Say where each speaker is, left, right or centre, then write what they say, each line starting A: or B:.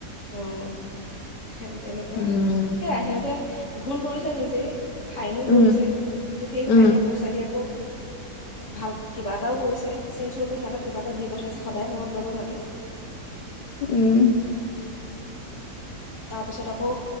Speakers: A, on the left; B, on the left.
A: অঁ! সেইটো তেনেকুৱা,
B: উম
A: সেয়াই সিহঁতে ভুল কৰিছে নিজেই। ফাইনো
B: উম
A: ভৰিছে। কিন্তু, সেই
B: উম
A: ফাইনৰ পইচা দি আকৌ ভাল কিবা এটাও কৰিছে। চিনস্বৰূপে সিহঁতক কিবা এটা দি পঠাইছে, সদায় মনত ৰব সিহঁতৰ।
B: উম!
A: তাৰপিছত আকৌ,